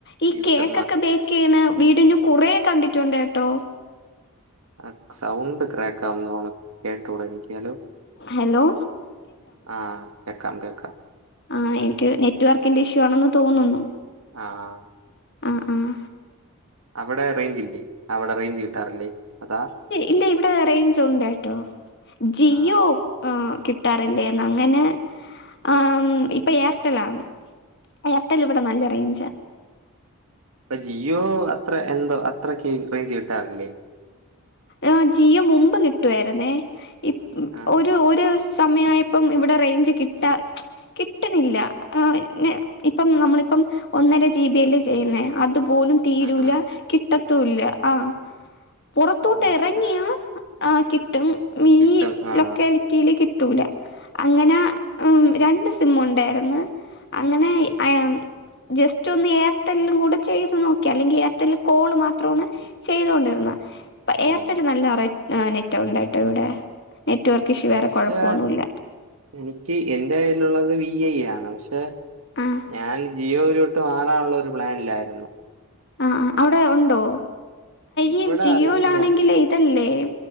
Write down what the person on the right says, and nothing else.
ഇട്ട്
ആ സൗണ്ട് ക്രൊക്കാവുന്നോണം കേട്ടൂടാ എനിക്ക് ഹലോ.
ആഹ് കേക്കാം കേക്കാം.
ആഹ്.
അവടെ റേഞ്ച്ല്ലേ അവടെ റേഞ്ച് കിട്ടാറില്ലേ അതാ?
ആ
അപ്പ ജിയോ അത്ര എന്തൊ അത്രക്ക് റേഞ്ച് കിട്ടാറില്ലേ?
ആ
ആ ആ
ഓ
പക്ഷെ
കിട്ടും ആ
ആ
ആ,
ആ.
പക്ഷെ
എനിക്ക് എന്റെ കയ്യിലുള്ളത് വി ഐ ആണ് പക്ഷെ
ഞാൻ ജിയോയിലോട്ട് മാറാള്ളൊരു പ്ലാനിലായിരുന്നു.
ഇവിടെ
അറിയില്ല